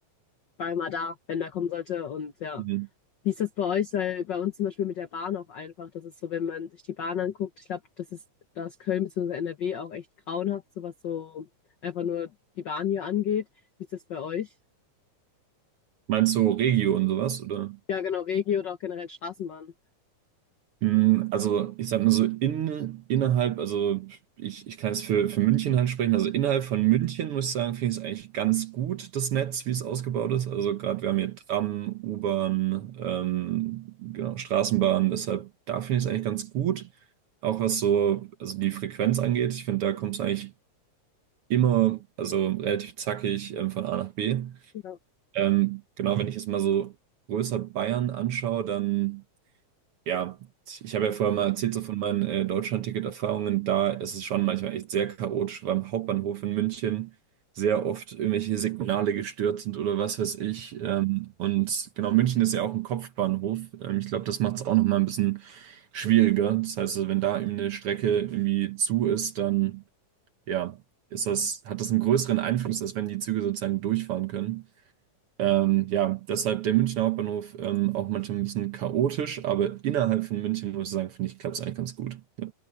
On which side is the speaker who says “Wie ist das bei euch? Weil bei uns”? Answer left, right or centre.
Left